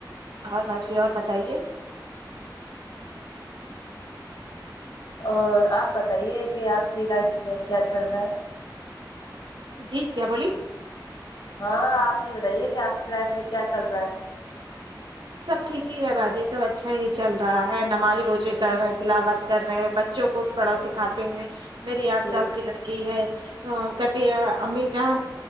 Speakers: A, on the right; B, on the left.
A: اور باجی اور بتائیے
B: اور آپ بتائیے کہ آپ کی لائف میں کیا چل رہا ہے
A: جی کیا بولیے
B: ہاں آپ یہ بتائیے کہ آپ کی لائف میں کیا چل رہا ہے
A: سب ٹھیک ہی ہے باجی سب اچھا ہی چل رہا ہے نماز روزے
B: جی
A: کر رہے ہیں تلاوت کر رہے ہیں ب چوں کو پڑھاؤ
B: جی
A: سکھاتے ہیں میری آٹھ
B: جی
A: سال کی لڑ کی ہے تو کتی امی جان